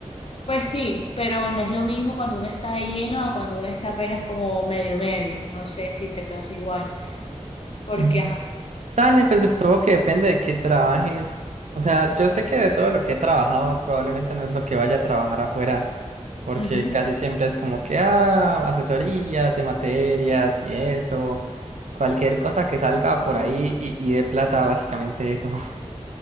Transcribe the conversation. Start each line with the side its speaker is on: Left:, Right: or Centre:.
Left: Pues sí, pero no es lo mismo cuando uno está de lleno a cuando uno está apenas como medio medio. No sé si te pasa igual, porque
Right: Ujú.
Left: ajá.
Right: Dale, pues supongo
Left: Ujú,
Right: que depende de qué trabajes. O sea, yo sé que de todo lo que he trabajado, probablemente no es lo que vaya a trabajar afuera, porque
Left: <laughs>
Right: casi siempre es como que, ah, asesorías de materias y eso, cualquier cosa que salga por ahí y, y de plata, básicamente eso. <laughs>